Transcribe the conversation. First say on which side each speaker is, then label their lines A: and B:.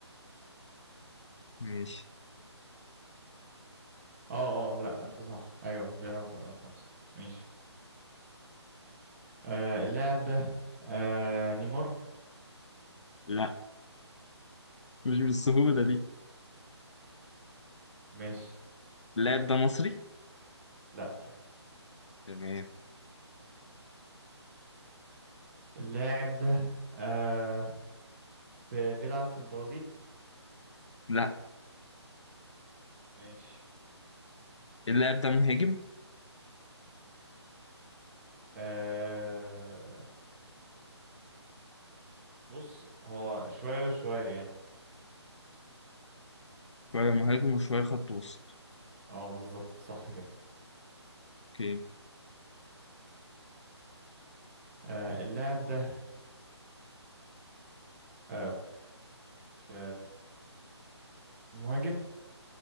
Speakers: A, on the left (about 80°); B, on the right (about 30°).
A: ماشي
B: اه اه لا انت صح ايوه بيلعب في أول خمسة ماشي آه اللاعب ده آه نيمار
A: لا مش بالسهولة دي
B: ماشي
A: اللاعب ده مصري
B: لا
A: تمام
B: اللاعب ده آه في بيلعب في البرازيل
A: لا
B: ماشي
A: اللاعب ده مهاجم
B: آه بص هو شوية وشوية يعني
A: شوية مهاجم وشوية خط وسط
B: اه بالظبط صح كده
A: اوكي
B: آه، اللاعب ده آه، في مهاجم